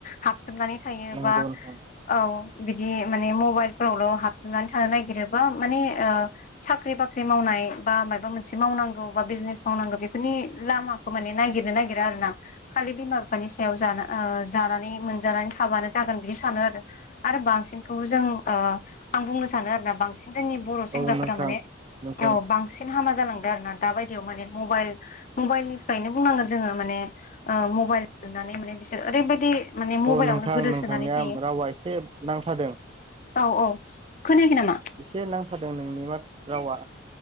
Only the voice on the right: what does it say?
नंगौ
नोंथां
औ नोंथां
नोंथां
औ नोंथां
नोंथांनिया
रावा एसे नांथादों
एसे नांथादों नोंनि मा रावा